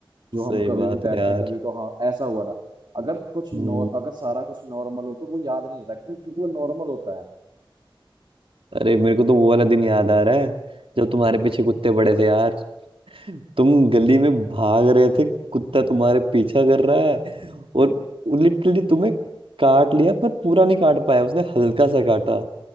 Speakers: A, on the right; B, on the right.
A: जो
B: सही
A: हम कभी
B: बात
A: भी बैठे
B: है यार
A: कभी तो हाँ ऐसा हुआ था अगर कुछ
B: हम्म,
A: नॉर अगर सारा कुछ नॉर्मल हो तो वो याद नहीं रहता क्यों क्योंकि वो नॉर्मल होता है
B: अरे मेरे को तो वो वाला दिन याद आ रहा है जब तुम्हारे पीछे कुत्ते पड़े थे यार तुम गली में भाग रहे थे कुत्ता तुम्हारे पीछा कर रहा है और लिटरली तुम्हें काट लिया पर पूरा नहीं काट पाया उसने हल्का सा काटा